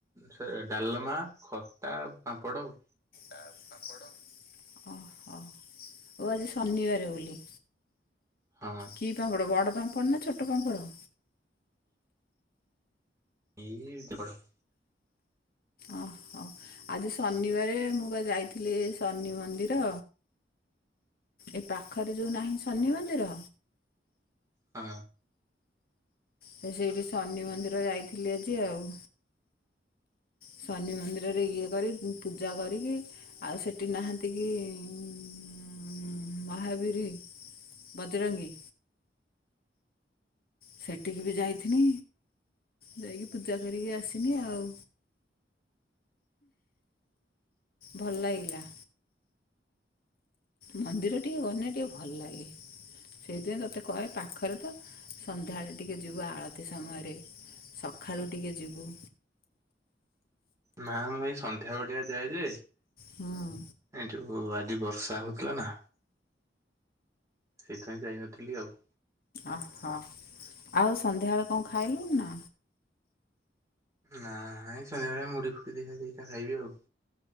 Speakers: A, on the right; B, on the left.
A: ସେ ଡାଲମା ଖଟା ପାମ୍ପଡ଼ ଉ।
B: ଆ ପାମ୍ପଡ ଅ ଅ ଓ ଆଜି ଶନିବାର ବୋଲି।
A: ହଁଁ।
B: କି ପାମ୍ପଡ଼ ବଡ଼ ପାମ୍ପଡ଼ ନା ଛୋଟ ପାମ୍ପଡ଼।
A: ଏଇ <unintelligible>
B: ଓହୋ ଆଜି ଶନିବାରେ ମୁଁ ବା ଯାଇଥିଲି ଶନି ମନ୍ଦିର। ଏ ପାଖରେ ଯେଉ ନାହିଁ ଶନି ମନ୍ଦିର।
A: ହଁ।
B: ସେ ସେଇଠି ଶନି ମନ୍ଦିର ଯାଇଥିଲି ଆଜି ଆଉ। ଶନି ମନ୍ଦିରରେ ଇଏ କରି ପୁ ପୂଜା କରିକି। ଆଉ ସେଠି ନାହାନ୍ତି କି ଉଁ ମହାବୀରି। ବଜରଙ୍ଗୀ। ସେଠିକି ବି ଯାଇଥିନି ଯାଇକି ପୂଜା କରିକି ଆସିନି ଆଉ। ଭଲ ଲାଗିଲା। ମନ୍ଦିର ଟିକେ ଗନେ ଟିକେ ଭଲ ଲାଗେ। ସେଇଥିପାଇଁ ତୋତେ କହେ ପାଖରେ ତ ସନ୍ଧ୍ୟାବେଳେ ଟିକେ ଯିବୁ ଆଳତୀ ସମୟରେ ସକାଳୁ ଟିକେ ଯିବୁ।
A: ନା ମୁଁ ଏଇ ସ ଏଠା ବଢଆ ଯାଏ ଯେ
B: ହୁଁ
A: ଏ ଯୋ ଆଜି ବର୍ଷା ହଉଥିଲା ନା ସେଇଥିପାଇଁ ଯାଇନଥିଲି ଆଉ।
B: ଓହୋ ଆଉ ସନ୍ଧ୍ୟାବେଳେ କଣ ଖାଇଲୁଣି ନା?
A: ନାଁ ଏ ସନ୍ଧ୍ୟାବେଳେ ମୁଢ଼ି ଫୁଡ଼ି <unintelligible> ଦିଟା ଖାଇବି ଆଉ।